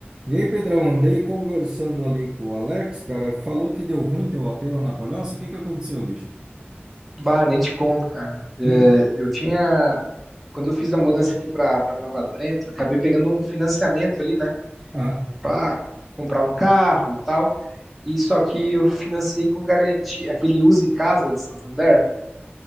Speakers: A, on the right; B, in the centre.
A: E aí, Pedrão, andei conversando ali com o Alex, cara, falou que deu ruim teu AP lá na Palhoça. O que que aconteceu, bicho?
B: Bah, nem te conto, cara. É,
A: Hum,
B: eu tinha, quando eu fiz a mudança aqui para para Nova Trento, acabei pegando um financiamento ali, né,
A: ah,
B: para comprar um carro e tal. E só que eu financei com garantia, aquele Use Casa de Santander,